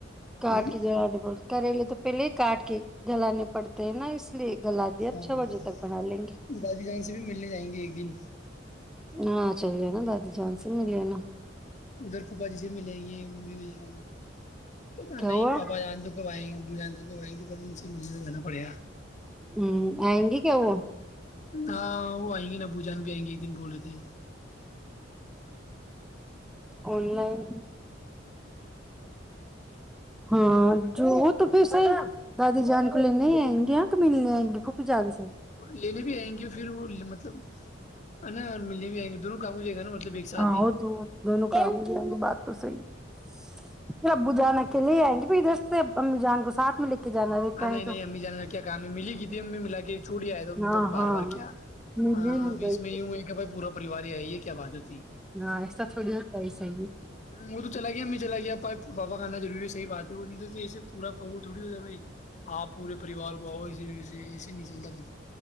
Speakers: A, in the centre; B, on the left.
A: کاٹ
B: ہوں
A: کے ج ب کریلے تو پہلے کاٹ کے گلانے پڑتے ہیں نا اس لیے گلا دیا
B: ہاں
A: چھ
B: ہاں
A: بجے تک بنا لیں گے
B: ہ گادی جان سے بھی ملنے جائیں گے ایک دن
A: ہاں چل ج نا داد جان سےن مل جانا
B: ادھر پوپا جی سے ملیں گے یہ ہو جیں گے ہ پ
A: کیا
B: نہیں
A: ہوا
B: پا جان تو کب آیں گے ابو جان تو کبائیں گے اگر ان سے ملنے میں جانا پڑے گا
A: ہوں آئیں گی کیا وہ
B: ہاں وہ آئیں گے نا بو جان بھی آئیں گے ایک دن بول رہے تھے
A: آن لائن ہاں جو وہ تو پھر سے دادی جان کو لے نہیں آئیں گے اں تو ملنےئیں گی پھوپی جگی سے
B: لینے بھی آئیں گے پھر وہ مطلب نا اور ملنے بھی آئیں گے دونوں کم جائے گا مطلب ایک ساتھ
A: ہاں
B: ہی
A: ہو تو دونوں کا بات تو صحی ہے پھر ابو جان اکیلے ہی آئیں گے پھر ادھر سے امبو جان کو ساتھ میں لے کے جانا رہتا
B: ہ نہیں
A: ہے
B: نہیں
A: تو
B: امی جانے کیا کام ہے ملی کی تھی امی ملا کے چھوڑی آئے تو ان
A: ہاں
B: کو
A: ہاں
B: بار بار کیا
A: میں
B: اب
A: لے لوں گئی
B: اس
A: تو
B: میں ی ہو ہے کہ بھائی پورا پریواری آئی ہے کیا بات ہو ہے ہ
A: ہاں ایسا تھوڑی ہوتا ہے صحیح
B: وہ تو چلا گیا میںیں چلا گیا پپ بابا گاننا ضوری ہے صح بات ہے تو اسے پورا تھوڑی ہو ج ہے بائی آپ پورے پریوار کو آؤ ایے وے ایے نہیں چلتا پھر